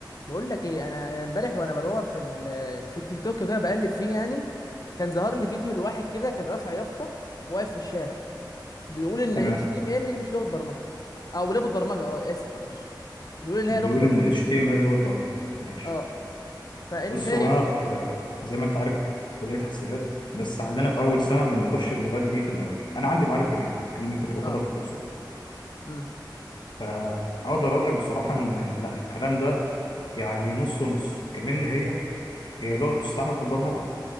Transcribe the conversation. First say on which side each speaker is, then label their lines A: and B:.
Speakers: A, on the left; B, on the left.
A: بقول لك ايه انا انا امبارح وانا بدور في ال- في التيك توك كده بقلب فيه يعني كان ظهر لي فيديو لواحد كده كان رافع يافطه واقف في الشارع بيقول ان
B: تمام
A: اتش تي ام ال دي مش لغه برمجه او لغه برمجه اه اسف معلش بيقول ان هي
B: بيقول
A: لغه برمجه
B: ان ال HTML هو الضغط ماشي
A: اه فانت
B: بص
A: شايف
B: هو انا في زي ما انت عارف كلية حسابات بس عندنا في اول سنة ما بناخدش اللغات دي في الاول انا عندي معرفة بيها كمان كنت باخدها
A: اه
B: في الكورسات
A: امم
B: فاقدر اقول لك بصراحة ان لا الكلام ده يعني نص نص كمان هي هي لغة بتستعمل في البرمجة